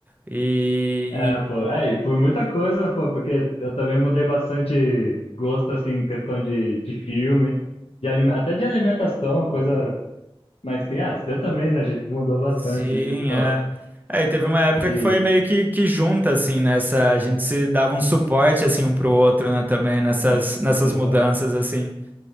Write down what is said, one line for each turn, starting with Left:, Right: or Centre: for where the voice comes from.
Right: E,
Left: É,
Right: e-
Left: pô, é, e por muita coisa, pô, porque eu também mudei bastante gosto, assim, em questão de, de filme, de, alime- até de alimentação, coisa, mas sim, ah, você também, né, a gente mudou bastante,
Right: sim,
Left: de, pô,
Right: é. É, e teve uma época
Left: e,
Right: que foi meio que, que junta, assim, nessa. A gente se dava um suporte, assim, um pro outro, né, também, nessas,
Left: é,
Right: nessas
Left: aham,
Right: mudanças, assim.